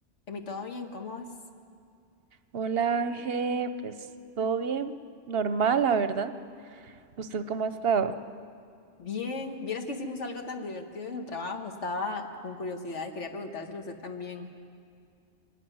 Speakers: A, on the left; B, on the right.
A: Emi, ¿todo bien? ¿Cómo vas?
B: Hola Ángel, pues todo bien, normal, la verdad. ¿Usted cómo ha estado?
A: Bien, vieras que hicimos algo tan divertido en el trabajo, estaba con curiosidad y quería preguntárselo a usted también.